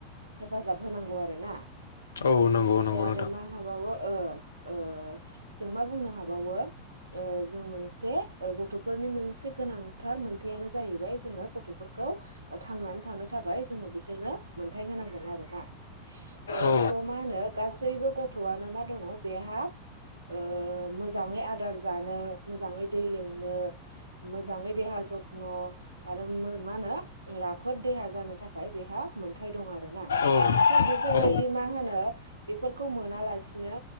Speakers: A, on the right; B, on the left.
A: हेफाजाब होनांगौ आरोना।
B: औ नंगौ
A: ओमफाय
B: नंगौ
A: आरो
B: नोंथां
A: मा हाबावो ओ ओ जों मा बुंनो हाबावो ओ जों मोनसे ओ गथ' फोरनि मोनसे गोनांथार मोनथायानो जाहैबाय जोङो गथ'फोरखौ थांनानै थानो थाखाय जों बिसोरनो मोनथाय होनांगोन आरोना ओ
B: औ
A: स मा होनो गासैबो गथ'आनो मा दङ बेहा ओ मोजाङै आदार जानो मोजाङै दै लोंनो मोजाङै देहा जथ्न' आरो मा होनो राफोद देहा जानो थाखाय बेहा मोनथाय दं आरोना।
B: औ
A: स' बेफोरबायदि
B: औ
A: मा होनो फोरखौ मोनालासिनो